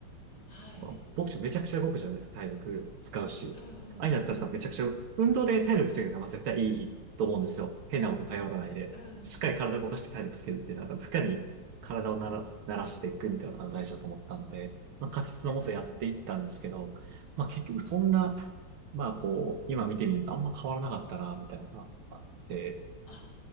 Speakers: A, on the left (about 55°); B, on the right (about 80°).
A: はい。
B: まあ、ボクシングめちゃくちゃ動くじゃないですか、体力使うし。
A: うんうんうん
B: ああいうのやったら多分めちゃくちゃ、運動で体力つけるのは絶対いいと思うんですよ。変なこと頼らないで。
A: うん
B: しっかり体を動かして体力つけるっていうのは、負荷に体をなら、慣らしていくみたいなのが大事だと思ったんで、まあ、仮説のもとやっていったんですけど、
A: うん。
B: まあ結局そんな、まあこう、今見てみるとあんま変わらなかったな、みたいなのがあって、
A: あ、